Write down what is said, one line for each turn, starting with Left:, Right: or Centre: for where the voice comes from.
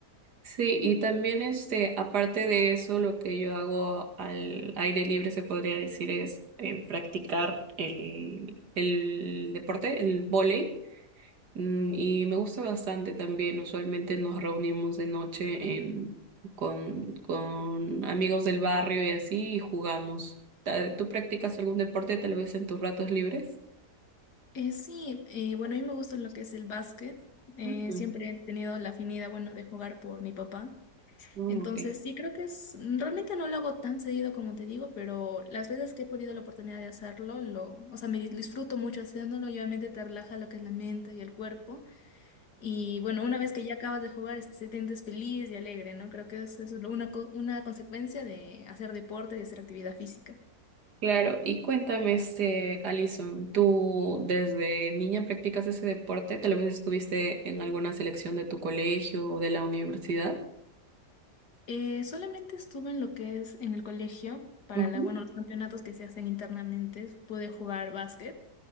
Right: Sí, y también este, aparte de eso, lo que yo hago al aire libre se podría decir es eh, practicar el, el deporte, el vóley. Mm, y me gusta bastante también. Usualmente nos reunimos de noche en, con, con amigos del barrio y así y jugamos. Ta- ¿Tú practicas algún deporte tal vez en tus ratos libres?
Left: Eh, sí, eh, bueno, a mí me gusta lo que es el básquet. eh,
Right: Mm,
Left: siempre he tenido la afinidad, bueno, de jugar por mi papá.
Right: mm,
Left: Entonces,
Right: ok.
Left: sí, creo que es, realmente no lo hago tan seguido como te digo, pero las veces que he podido la oportunidad de hacerlo, lo, o sea, me disfruto mucho haciéndolo y obviamente te relaja lo que es la mente y el cuerpo. Y bueno, una vez que ya acabas de jugar, este, te sientes feliz y alegre, ¿no? Creo que eso, eso es lo- una, co- una consecuencia de hacer deporte y hacer actividad física.
Right: Claro, y cuéntame, este, Alison, ¿tú desde niña practicas ese deporte? ¿Tal vez estuviste en alguna selección de tu colegio o de la universidad?
Left: Eh, solamente estuve en lo que es en el colegio para
Right: Ujú,
Left: la, bueno, los campeonatos que se hacen internamente. Pude jugar básquet.